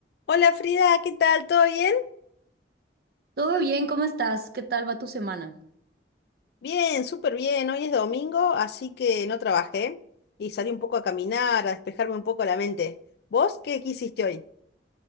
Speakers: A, on the left; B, on the right.
A: Hola Frida, ¿qué tal? ¿Todo bien?
B: Todo bien, ¿cómo estás? ¿Qué tal va tu semana?
A: Bien, súper bien. Hoy es domingo, así que no trabajé y salí un poco a caminar, a despejarme un poco la mente. ¿Vos qué, qué hiciste hoy?